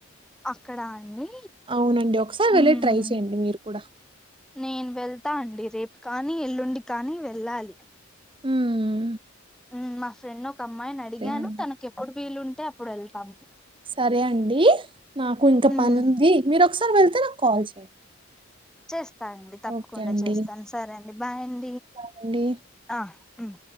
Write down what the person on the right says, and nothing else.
అవునండి ఒకసారి
వెళ్ళి ట్రై చేయండి మీరు కూడా
మ్మ్
అండి
సరే అండి, నాకు ఇంకా
పనుంది. మీరు ఒకసారి వెళ్తే నాకు కాల్ చేయండి.
ఓకే అండి
బాయ్ అండి